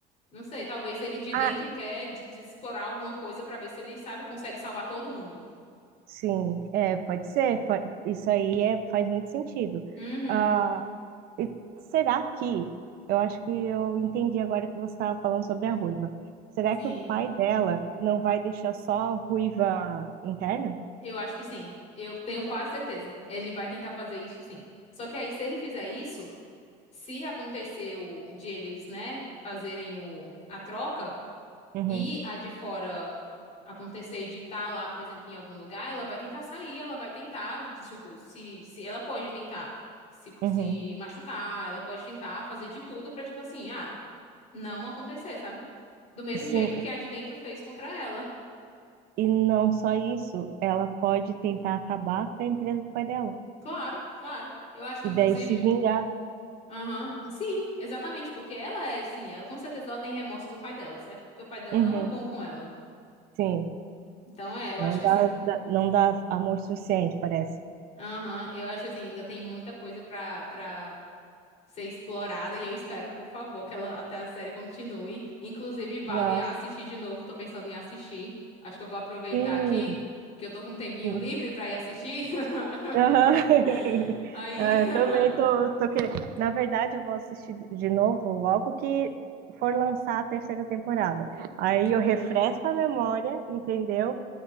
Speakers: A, on the left; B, on the right.
A: não sei, talvez ele de
B: Ah,
A: dentro quer de- de explorar alguma coisa pra ver se ele, sabe, consegue salvar todo mundo.
B: Sim, é, pode ser. po- Isso aí é, faz muito sentido.
A: Uhum,
B: Ah, e será que, eu acho que eu entendi agora que você estava falando sobre a ruiva. Será
A: sim.
B: que o pai dela não vai deixar só a ruiva interna?
A: Eu acho que sim. Eu tenho quase certeza. Ele vai tentar fazer isso sim. Só que aí, se ele fizer isso, se aconteceu de eles, né, fazerem o, a troca
B: Uhum,
A: e a de fora acontecer de estar lá, por exemplo, em algum lugar, ela vai tentar sair, ela vai tentar, tipo, se, se ela pode tentar se,
B: uhum.
A: se machucar, ela pode tentar fazer de tudo pra, tipo assim, ah, não acontecer, sabe? Do mesmo
B: Sim,
A: jeito que a de dentro fez contra ela.
B: e não só isso, ela pode tentar acabar com a empresa do pai dela
A: Claro, claro. Eu acho que,
B: e
A: inclusive.
B: daí se vingar.
A: Aham, Sim, exatamente, porque ela é, sim, ela com certeza ela tem remorso do pai dela, certo? Porque o pai dela
B: Uhum,
A: não é bom com ela.
B: sim,
A: Então é, eu
B: não
A: acho que
B: dá,
A: assim.
B: dá- não dá amor suficiente, parece.
A: Aham, eu acho que assim, ainda tem muita coisa pra, pra ser explorada e eu espero, por favor, que ela até a série continue. Inclusive, vale
B: Nossa,
A: assistir de novo, tô pensando em assistir. Acho que eu vou aproveitar
B: sim.
A: aqui, que eu tô com um tempinho
B: sim.
A: livre pra ir assistir. <laughs>
B: Aham. <laughs>
A: Aí.
B: Ah,
A: <laughs>
B: Eu também tô, tô querendo. Na verdade, eu vou assistir de novo logo que for lançar a terceira temporada. Aí eu refresco
A: Aham,
B: a memória, entendeu?